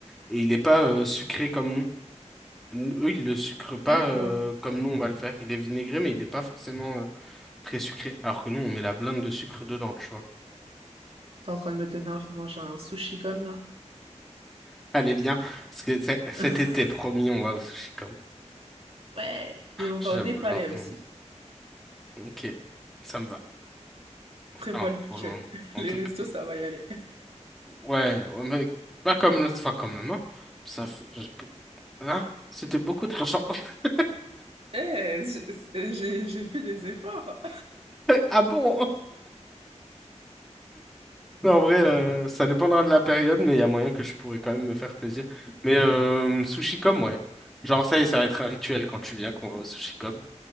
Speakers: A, in the centre; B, on the right.
A: Et il est pas euh, sucré comme nous. Nous- Eux, ils le sucrent pas
B: d'accord.
A: euh, comme nous, on va le faire. Il est vinaigré, mais il n'est pas forcément euh, très sucré. Alors que nous, on met la blinde de sucre dedans, tu vois.
B: T'es en train de me donner envie de manger un sushi comme là.
A: Allez, viens. Parce que c'est- cet
B: <laughs>
A: été, promis, on va au sushi comme.
B: Ouais. Et on
A: J'avoue,
B: va au Népalais
A: j'ai envie.
B: aussi.
A: Ok, ça me va. Enfin,
B: Prévois le budget.
A: pour le moment.
B: <laughs>
A: En
B: Les
A: tout
B: restos,
A: cas,
B: ça va y aller.
A: ouais, ouais, mais pas comme l'autre fois quand même, hein. Ça, f- j'ai beau- hein C'était beaucoup d'argent. <laughs>
B: Eh, j'ai j'ai- j'ai fait des efforts.
A: Ah bon? Non, en vrai, euh, ça dépendra de la période, mais il y a moyen que je pourrais quand même me faire plaisir. Mais euh, sushi comme, ouais. Genre, ça y est, ça va être un rituel quand tu viens qu'on va au sushi comme.